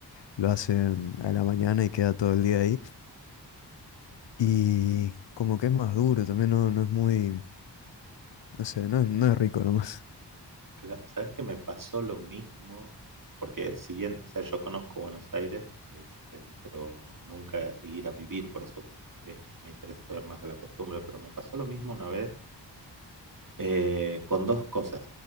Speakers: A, on the left; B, on the right.
A: lo hacen a la mañana y queda todo el día ahí. Y como que es más duro, también no, no es muy, no sé, no es, no es rico nomás.
B: Cla- Sabes que me pasó lo mismo, porque si bien, o sea, yo conozco Buenos Aires, este, pero nunca ir a vivir, por eso eh, me interesa saber más de la costumbre, pero me pasó lo mismo una vez eh, con dos cosas.